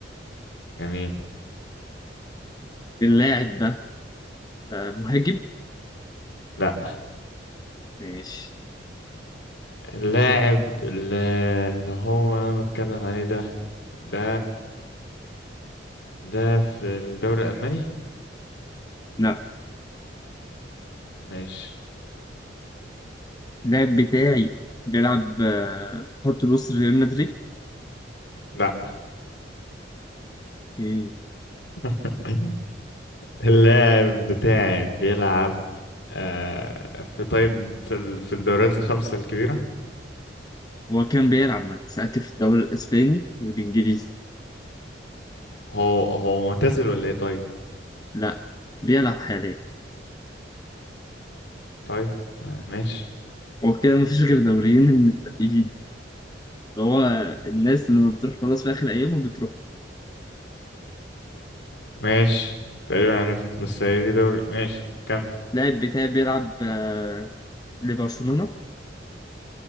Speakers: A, on the left; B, on the left.
A: جميل
B: اللاعب ده آه، مهاجم
A: لا
B: ماشي
A: اللاعب اللي اللي هو أنا بتكلم عليه ده ده ده في الدوري الألماني؟
B: لا
A: ماشي
B: اللاعب بتاعي بيلعب آه، في خط الوسط ريال مدريد
A: لا
B: إيه.
A: <laughs> اللاعب بتاعي بيلعب آه في طيب في ال... في الدوريات الخمسة الكبيرة
B: هو كان بيلعب من ساعات في الدوري الأسباني والإنجليزي
A: هو هو معتزل ولا ايه طيب؟
B: لا بيلعب حاليا
A: طيب آه ماشي
B: هو كده مفيش غير دوريين من المتبقيين هو الناس لما بتروح خلاص في آخر أيامه بتروح
A: ماشي تقريبا عرفت بس هي دي دوري ماشي كمل
B: اللاعب بتاعي بيلعب آه، لبرشلونة